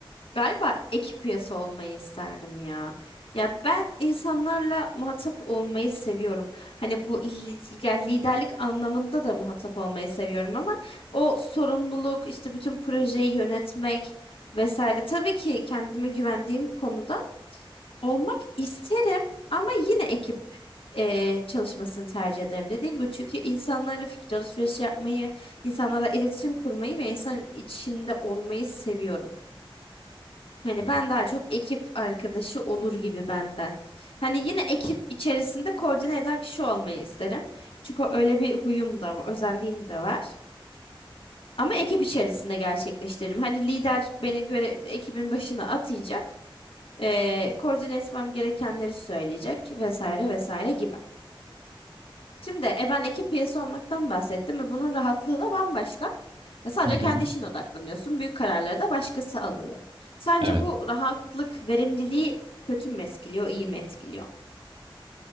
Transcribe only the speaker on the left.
Galiba ekip üyesi olmayı isterdim ya. Ya ben insanlarla muhatap olmayı seviyorum. Hani bu li- ya liderlik anlamında da muhatap olmayı seviyorum ama o sorumluluk işte bütün projeyi yönetmek vesaire. Tabii ki kendime güvendiğim konuda olmak isterim ama yine ekip e, çalışmasını tercih ederim. Dediğim gibi çünkü insanlarla fikir alışverişi yapmayı, insanlarla iletişim kurmayı ve insan içinde olmayı seviyorum. Hani
ben daha çok ekip arkadaşı olur gibi benden. Hani yine ekip içerisinde koordine eden kişi olmayı isterim. Çünkü öyle bir huyum da var, özelliğim de var. Ama ekip içerisinde gerçekleştiririm. Hani lider beni göre ekibin başına atayacak. eee, koordine etmem gerekenleri söyleyecek vesaire vesaire gibi. Şimdi e, ben ekip üyesi olmaktan bahsettim ve bunun rahatlığı da bambaşka. Ya sadece
kendi işine odaklanıyorsun. Büyük kararları da başkası alıyor. Sence
bu rahatlık, verimliliği kötü mü etkiliyor, iyi mi etkiliyor?